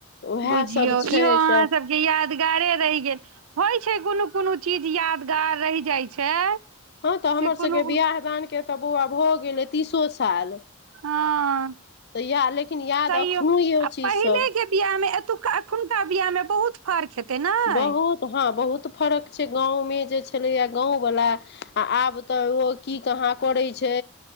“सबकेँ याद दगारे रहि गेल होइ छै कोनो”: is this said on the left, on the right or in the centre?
Right